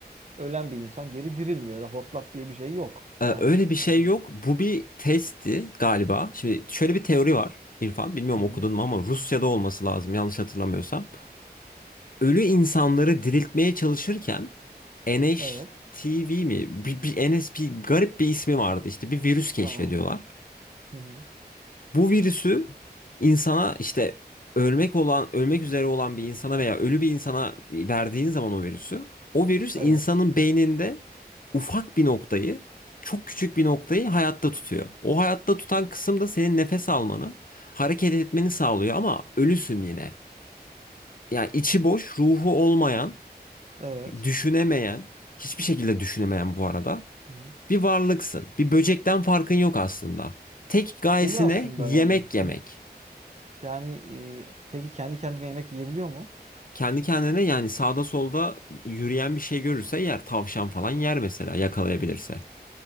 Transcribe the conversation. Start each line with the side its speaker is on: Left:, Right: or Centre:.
Right: ölen bir insan geri dirilmiyor ya da hortlak diye bir şey yok.
Left: e,
Right: Yani
Left: öyle bir şey
Right: Hı
Left: yok. Bu bir testti galiba. Şimdi şöyle bir teori var. İrfan bilmiyorum
Right: hı.
Left: okudun mu ama Rusya'da olması lazım yanlış hatırlamıyorsam. Ölü insanları diriltmeye çalışırken NHTV
Right: Evet.
Left: mi? Bir, bir NS bir garip bir ismi vardı işte bir virüs keşfediyorlar.
Right: Tamam. Hı hı.
Left: Bu virüsü insana işte ölmek olan, ölmek üzere olan bir insana veya ölü bir insana verdiğin zaman o virüsü, o virüs insanın
Right: Evet.
Left: beyninde ufak bir noktayı, çok küçük bir noktayı hayatta tutuyor. O hayatta tutan kısım da senin nefes almanı, hareket etmeni sağlıyor ama ölüsün yine. Yani içi boş, ruhu olmayan,
Right: Evet.
Left: düşünemeyen, hiçbir şekilde düşünemeyen bu arada
Right: Hı hı.
Left: bir varlıksın. Bir böcekten farkın yok aslında. Tek gayesine
Right: Ölü aslında
Left: yemek
Right: yani.
Left: yemek.
Right: Bir- yani e, peki kendi kendine yemek yiyebiliyor mu?
Left: kendi kendine yani sağda solda yürüyen bir şey görürse yer. Tavşan falan yer mesela yakalayabilirse.